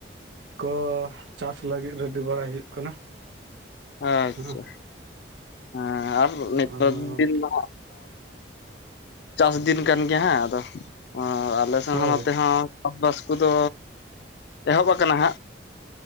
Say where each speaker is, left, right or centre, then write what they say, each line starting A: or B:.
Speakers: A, on the right; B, on the left.
A: ᱠᱚ ᱪᱟᱥ ᱞᱟᱹᱜᱤᱫ ᱨᱮᱰᱤ ᱵᱟᱲᱟᱭ ᱦᱩᱭᱩᱜ ᱠᱟᱱᱟ
B: ᱟᱪᱪᱷᱟ
A: ᱦᱮᱸ
B: ᱦᱮᱸ ᱟᱨ ᱱᱤᱛᱟᱨ
A: ᱟᱫᱚ
B: ᱫᱤᱱ ᱢᱟ ᱪᱟᱥ ᱫᱤᱱ ᱠᱟᱱ ᱜᱮᱭᱟ ᱦᱟᱸᱜ ᱟᱫᱚ ᱟᱞᱮ ᱥᱮᱱ
A: ᱦᱳᱭ
B: ᱦᱚᱸ ᱱᱚᱛᱮ ᱦᱚᱸ ᱪᱟᱥ ᱵᱟᱥ ᱠᱚᱫᱚ ᱮᱦᱚᱵ ᱟᱠᱟᱱᱟ ᱦᱟᱸᱜ